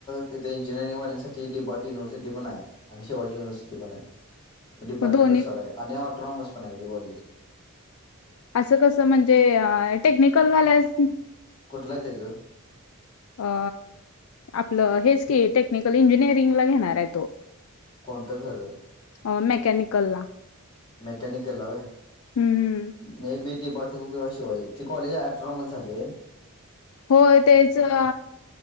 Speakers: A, on the left (about 20°); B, on the left (about 70°).
A: तिथे इंजिनिअरिंग वाल्यांसाठी डिब्बाट युनिव्हर्सिटी पण आहे आणि शिवाजी युनिव्हर्सिटी पण आहे. डिपार्टमेंट
B: मग दोन्ही
A: नुसार आहे आणि ऑटोनॉमस पण हाय ते कॉलेज
B: असं कस म्हणजे टेक्निकल वाल्यास्नी
A: लय त्याज
B: अ आपलं हेच की टेक्निकल इंजिनिअरिंगला घेणाराय तो
A: कोणतं खरं
B: अ मेकॅनिकल ला
A: मेकॅनिकल होय
B: हम्म हम्म.
A: मी <inaudible> शिवाय ते कॉलेज अट्रॉमसांग झालय
B: हो तेच अ